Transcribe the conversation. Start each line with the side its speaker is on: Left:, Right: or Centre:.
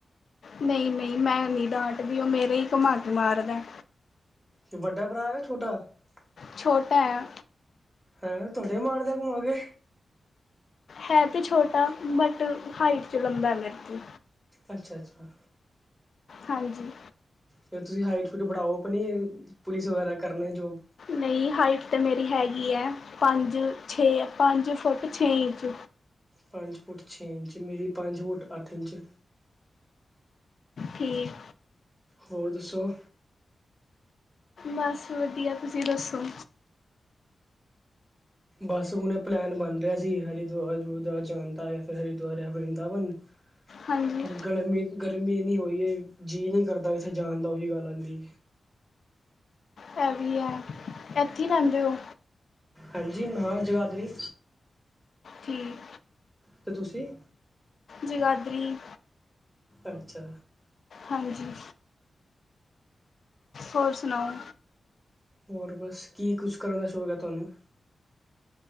Left: ਨਈ- ਨਈ ਮੈਂ ਨੀ ਡਾਂਟਦੀ ਓ ਮੇਰੇ ਈ ਘਮਾ ਕੇ ਮਾਰਦਾ ਏ।
Centre: ਤੇ ਵੱਡਾ ਭਰਾ ਵੇ ਛੋਟਾ ਏ?
Left: ਛੋਟਾ ਐ।
Centre: ਐਂ ਤੁਆਡੇ ਈ ਮਾਰਦਾ ਘੁਮਾਕੇ?
Left: ਹੈ ਤਾਂ ਛੋਟਾ, ਬਟ ਹਾਈਟ ਚ ਲੰਬਾ ਏ ਮੇਰ ਤੋਂ।
Centre: ਅੱਛਾ -ਅੱਛਾ।
Left: ਹਾਂਜੀ।
Centre: ਫੇਰ ਤੁਸੀਂ ਹਾਈਟ ਖੂਦ ਬੜਾਓ ਆਪਣੀ ਪੁਲਿਸ ਵਗੈਰਾ ਕਰਨਾ ਜੋਇਨ।
Left: ਨਈ ਹਾਈਟ ਤਾਂ ਮੇਰੀ ਹੈਗੀ ਆ ਪੰਜ- ਛੇ ਪੰਜ ਫੁੱਟ ਛੇ ਇੰਚ।
Centre: ਪੰਜ ਫੁੱਟ ਛੇ ਇੰਚ ਮੇਰੀ ਪੰਜ ਫੁਟ ਅੱਠ ਇੰਚ।
Left: ਠੀਕ
Centre: ਹੋਰ ਦੱਸੋ?
Left: ਬਸ ਵਧੀਆ ਤੁਸੀਂ ਦੱਸੋ?
Centre: ਬਸ ਹੁਣੇ ਪਲੈਨ ਬਣ ਰੇਆ ਸੀ ਹਰਿਦੁਆਰ ਦੂਰ ਜਾਣ ਦਾ ਜਾ ਫਿਰ ਹਰਿਦੁਆਰ ਵਰਿੰਦਾਵਨ।
Left: ਹਾਂਜੀ
Centre: ਪਰ ਗਰਮੀ- ਗਰਮੀ ਏਨੀ ਹੋਈ ਏ ਜੀ ਨੀ ਕਰਦਾ ਓਥੇ ਜਾਣ ਦਾ ਓਹੀ ਗੱਲ ਆਂਦੀ।
Left: ਹੈ ਵੀ ਐ ਐਥੇ ਈ ਰੈਂਦੇ ਓ।
Centre: ਹਾਂਜੀ ਮੈ ਜਗਾਧਰੀ।
Left: ਠੀਕ।
Centre: ਤੇ ਤੁਸੀਂ?
Left: ਜਗਾਦਰੀ।
Centre: ਅੱਛਾ।
Left: ਹਾਂਜੀ। ਹੋਰ ਸੁਣਾਓ।
Centre: ਹੋਰ ਬਸ ਕੀ ਕੁਛ ਕਰਨ ਦਾ ਸ਼ੌਕ ਐ ਤਾਨੂੰ।